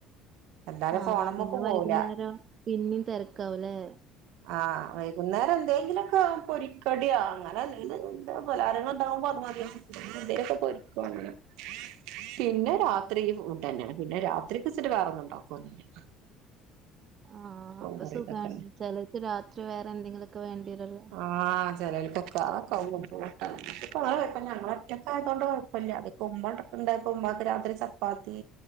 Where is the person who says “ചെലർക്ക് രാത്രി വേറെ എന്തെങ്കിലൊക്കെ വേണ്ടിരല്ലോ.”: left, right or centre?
Right